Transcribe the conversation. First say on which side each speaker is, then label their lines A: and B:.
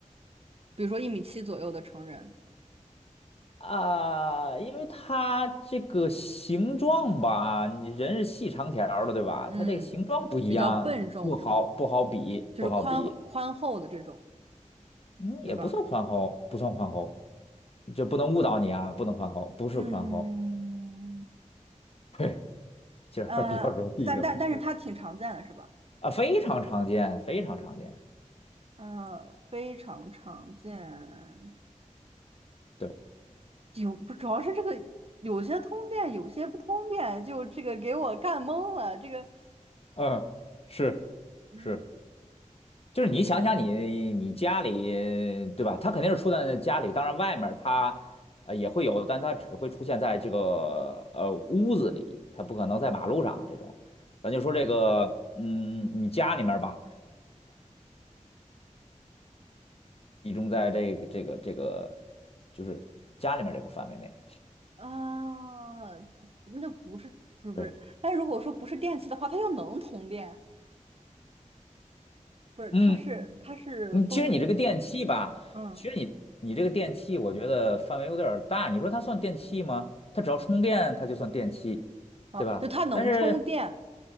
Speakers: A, on the right; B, on the left.
A: 比如说一米七左右的成人，
B: 啊、因为它这个形状吧，你人是细长条儿的，对吧？
A: 嗯，
B: 它这个形状不一样，
A: 比较笨重是吧？
B: 不好不好比，
A: 就是宽宽厚的这种，
B: 不好比。嗯，
A: 对吧？
B: 也不算宽厚，不算宽厚，就不能误导你啊，不能宽厚，不是宽厚。
A: 嗯，
B: <laughs> 嘿，其实还是比较容易的，
A: 呃，但但但是它挺常见的，
B: 我觉得
A: 是吧？
B: 啊，非常常见，非常常见。
A: 呃，非常常见，
B: 对。
A: 有不主要是这个有些通电，有些不通电，就这个给我干懵了。这个，
B: 嗯，是是，
A: 嗯
B: 就是你想想你你家里对吧？他肯定是出现在家里，当然外面他呃也会有，但他只会出现在这个呃屋子里，他不可能在马路上啊这种。咱就说这个，嗯，你家里面儿吧，集中在这个这个这个，就是家里面儿这个范围内。
A: 啊，不那就不是不是不是，
B: 对，
A: 但如果说不是电器的话，它又能通电，不是？
B: 嗯，
A: 它是它是风是，
B: 你其实你这个电器吧，
A: 嗯，
B: 其实你你这个电器，我觉得范围有点儿大。你说它算电器吗？它只要充电，它就算电器，
A: 哦，
B: 对吧？
A: 就它能充电，
B: 但是，